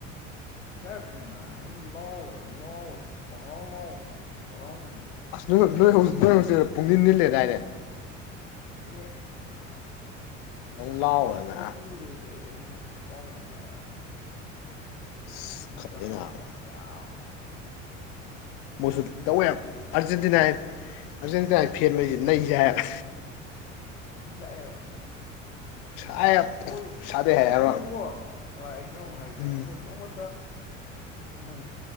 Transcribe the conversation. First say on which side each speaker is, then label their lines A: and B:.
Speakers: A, on the left; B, on the left.
A: ꯉꯥ ꯍꯥꯏꯇꯤꯅꯥ ꯑꯩꯅ ꯂꯥꯎꯔ ꯂꯥꯎꯔ ꯄꯪꯂꯪꯂꯥꯎ ꯂꯥꯎꯕꯅꯤ ꯍꯔꯥꯎꯃꯟꯒꯤꯗꯅ꯫
B: ꯑꯁ ꯅꯣꯏ ꯅꯣꯏ ꯍꯧꯖꯤ ꯅꯣꯏ ꯍꯣꯁꯇꯦꯜ ꯄꯨꯡꯅꯤꯟ ꯅꯤꯜꯂꯦ ꯍꯥꯏꯗꯥꯏꯅꯦ꯫
A: ꯑꯦ ꯉꯥ
B: ꯅꯪ ꯂꯥꯎꯔꯗꯅ
A: ꯐꯨꯛꯑ ꯄꯨꯈꯤꯗꯣꯏ꯫ <unintelligible> ꯏꯟꯅ ꯂꯣꯗ
B: ꯑꯁ ꯈꯪꯗꯦ
A: ꯏ ꯀꯥꯈꯠꯂꯛꯄ
B: ꯅꯥꯕ
A: ꯌꯥꯝ꯫
B: ꯃꯣꯏꯁꯨ
A: ꯃꯣꯏꯅ ꯅꯩ
B: ꯇꯧꯋꯦꯕ
A: ꯁꯥꯏꯂꯛꯄ
B: ꯑꯥꯔꯖꯦꯟꯇꯤꯅꯥꯏ ꯑꯥꯔꯖꯦꯟꯇꯤꯅꯥꯒꯤ ꯐꯦꯟ ꯉꯣꯏꯁꯤ ꯅꯩꯁꯦ ꯍꯥꯏꯕ
A: ꯑꯩ ꯁꯥꯛꯑꯦꯕ ꯃꯣꯏꯁꯨ
B: ꯁꯥꯏ
A: ꯍꯣꯏ
B: ꯁꯥꯗꯩ ꯍꯥꯏꯔꯣꯏ
A: ꯇꯧꯏꯀꯣ꯫ ꯑ ꯑꯩ ꯀꯩꯅꯣꯝꯛ ꯍꯥꯏꯒꯦ
B: ꯎꯝ
A: ꯑꯩꯈꯣꯏ ꯅꯣꯡꯃꯇ꯫ ꯃꯣꯏ